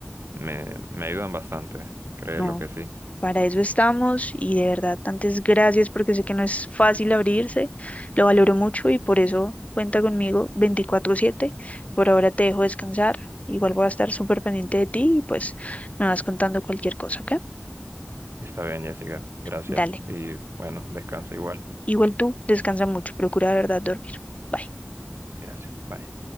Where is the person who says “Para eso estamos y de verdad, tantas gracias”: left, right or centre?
Left